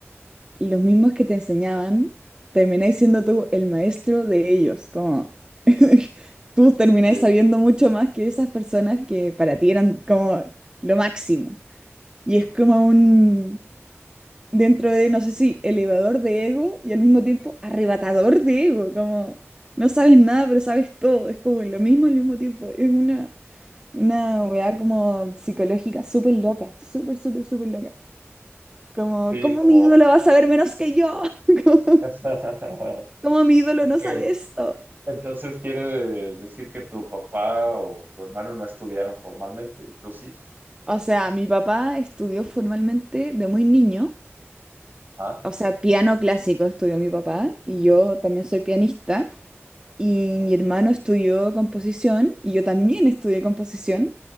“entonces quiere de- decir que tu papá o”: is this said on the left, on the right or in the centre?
Right